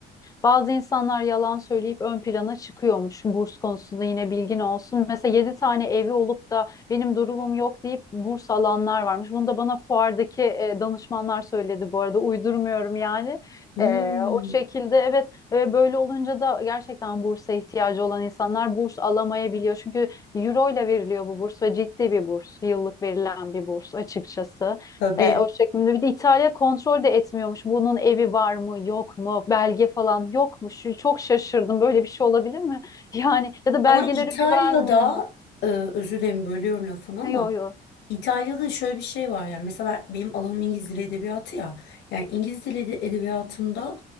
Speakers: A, on the left; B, on the left.
A: bazı insanlar yalan söyleyip ön plana çıkıyormuş. Burs konusunda yine bilgin olsun. Mesela 7 tane evi olup da benim durumum yok deyip burs alanlar varmış. Bunu da bana fuardaki e, danışmanlar söyledi bu arada. Uydurmuyorum yani.
B: Hmm.
A: E, o şekilde evet e, böyle olunca da gerçekten bursa ihtiyacı olan insanlar burs alamayabiliyor. Çünkü Euro ile veriliyor bu burs ve ciddi bir burs. Yıllık verilen bir burs açıkçası.
B: Tabii.
A: Ee, o şeklinde. Bir de İtalya kontrol de etmiyormuş. Bunun evi var mı, yok mu, belge falan yok yokmuş. Çok şaşırdım. Böyle bir şey olabilir mi? <laughs> Yani ya da belgelere
B: Ama İtalya'da
A: güvenmiyor mu?
B: e, özür dilerim bölüyorum lafını ama
A: Yok yok,
B: İtalya'da şöyle bir şey var yani mesela ben- benim alanım İngiliz Dili Edebiyatı ya yani İngiliz Dili Ede- Edebiyatı'nda